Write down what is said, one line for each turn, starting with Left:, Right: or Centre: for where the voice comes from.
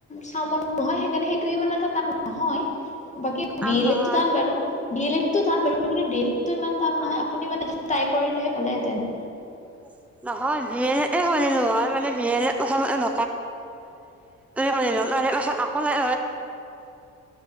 Left: চাওন নহয় সেইকাৰণে সেইটো মানে তাত নহয় বাকী
Centre: টান
Left: বি এল
Centre: নহয়।
Left: এতো টান বাৰু ডি এল এড টো তাৰ বাৰু আপুনি ডি এল টো ইমান টান
Centre: হয়।
Left: নহয় আপুনি মানে <unintelligible> ট্ৰাই কৰিলেহে পালেহেঁতেন৷
Centre: উ <unintelligible> নহয় বিয় শুনিলো হয় মানে বিয় নকো মানেম শনিল মানে পত আকৌ নাই